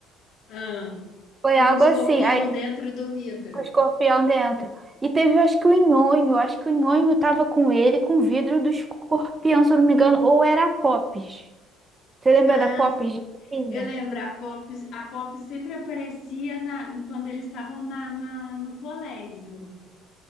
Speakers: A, on the left (about 55°); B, on the right (about 15°).
A: Ah,
B: Foi
A: com
B: algo
A: o escorpião
B: assim, aí
A: dentro do vidro.
B: com o escorpião dentro. E teve, acho que o Nhonho, acho que o Nhonho tava com ele, com o vidro do escorpião, se eu não me engano, ou era a Popes. Você lembra
A: Ah,
B: da Pops de Tinha?
A: eu lembro, a Pop, a Pop sempre aparecia na, quando eles estavam na, na- no colégio.